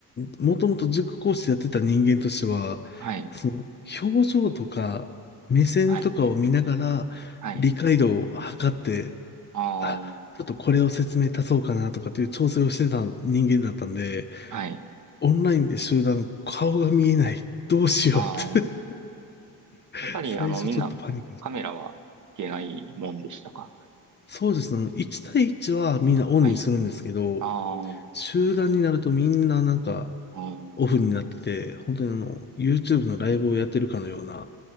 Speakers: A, on the left; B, on the right.
A: もともと塾講師やってた人間としては、
B: はい、
A: その、表情とか、目線とかを見ながら、
B: はい、はい、
A: 理解度を測って、
B: ああ、
A: あ、ちょっとこれを説明足そうかなとかっていう調整をしてた人間だったんで、
B: はい、
A: オンラインで集団、顔が見えない。どうしようって
B: ああ、
A: <laughs>
B: やっぱり、
A: 最初ちょっとパニックで。
B: あの、みんなカメラはいけないもんでしたか。
A: そうですね。1対1はみんなオンにするんですけど、
B: はい。あー
A: 集団になるとみんななんか
B: あー、
A: オフになってて、本当にあの、YouTube のライブをやってるかのような、